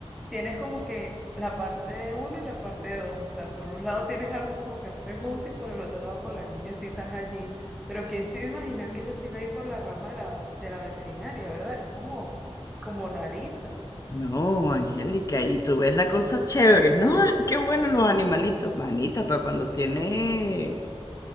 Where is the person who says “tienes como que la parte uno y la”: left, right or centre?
Centre